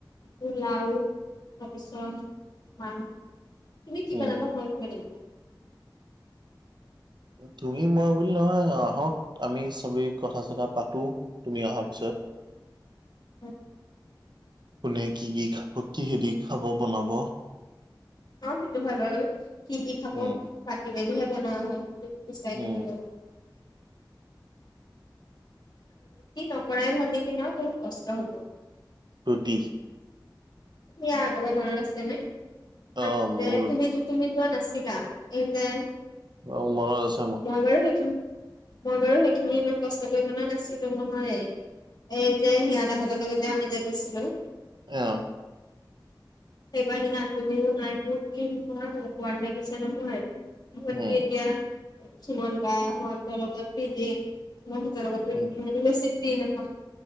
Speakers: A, on the left; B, on the right.
A: পোলাও তাৰপিছত মাং তুমি কি
B: উম
A: বনাব মই তিব <unintelligible> জানিব
B: তুমি মই বুলি নহয় আ, আহক আমি চবেই কথা চথা পাতো তুমি অহা তাৰ পিছত
A: উ।
B: কোনে কি কি খাব, কিহেদি খাব বনাব?
A: অ', সেইটো হয় বাৰু, কি কি খাব
B: উম
A: পাতি মেলিহে বনোৱা হয়। চাই
B: উম
A: <unintelligible> গ ল টি নকৰাই ভাল নেকি ন', বহুত কষ্ট হ'ব।
B: ৰুটি?
A: ইয়াৰ আগৰবাৰ মনত আছে নে?
B: অ মোৰ
A: তুমি তুমি যোৱা নাছিলা। এই যে,
B: অ মনত আছে মোৰ
A: মই বাৰু <unintelligible> মই বাৰু সেইখিনি ইমান কষ্ট কৰি বনোৱা নাছিলো, নহয় এই যে সিহঁ <unintelligible> তাহতৰ লগত যে আমি যে গৈছিলো
B: আহ
A: সেইবাৰ জানা তুমিও নাই মোৰ ইমান অকৰ্ৱাদ লাগিছে নহয়। মকি
B: উম
A: এ <unintelligible> তিয়া চুমানন বা সহঁতৰ লগত পধি সিহঁতৰ লগততো
B: উম
A: ইমানো বেছি ফ্ৰী নহয়,